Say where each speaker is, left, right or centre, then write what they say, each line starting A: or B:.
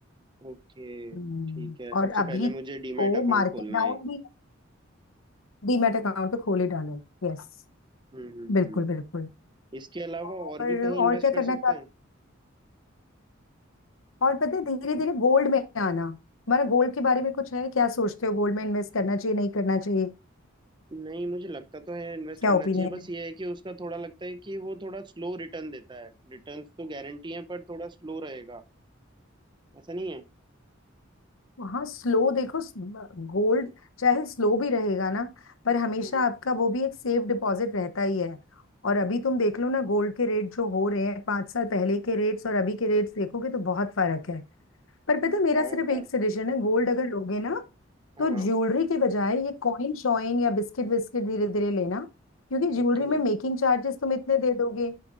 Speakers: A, on the right; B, on the left.
A: ओके
B: हम्म,
A: ठीक है सबसे
B: और अभी
A: पहले मुझे
B: तो
A: डीमैट अकाउंट
B: मार्केट
A: खोलना
B: डाउन
A: है एक।
B: भी डीमैट अकाउंट तो खोल ही डालो यस
A: हम्म हम्म
B: बिल्कुल
A: हम्म
B: बिल्कुल
A: इसके अलावा
B: और
A: और भी कहीं इन्वेस्ट
B: और क्या करना
A: कर सकते
B: चाहते
A: हैं
B: और पता है धीरे धीरे गोल्ड में आना हमारा गोल्ड के बारे में कुछ है क्या सोचते हो गोल्ड में इन्वेस्ट करना चाहिए नहीं करना चाहिए
A: नहीं मुझे लगता तो है इन्वेस्ट
B: क्या
A: करना
B: ओपिनियन
A: चाहिए बस
B: है
A: ये है कि उसका थोड़ा लगता है कि वो थोड़ा स्लो रिटर्न देता है रिटर्न्स तो गारंटी है पर थोड़ा स्लो रहेगा ऐसा नहीं है
B: हाँ स्लो देखो गोल्ड चाहे स्लो भी रहेगा ना पर हमेशा
A: हम्म,
B: आपका वो भी एक सेफ डिपॉजिट रहता ही है और अभी तुम देख लो ना गोल्ड के रेट जो हो रहे हैं पांच साल पहले के रेट्स और अभी के रेट्स देखोगे तो बहुत फर्क है पर पता है, मेरा
A: हाँ
B: सिर्फ एक
A: बात
B: सजेशन है गोल्ड अगर लोगे ना
A: हाँ
B: तो
A: हाँ
B: ज्वेलरी के बजाय ये कॉइन शॉइन या बिस्किट विस्किट धीरे धीरे लेना क्योंकि ज्वेलरी
A: ओके
B: में मेकिंग चार्जेस तुम इतने दे दोगे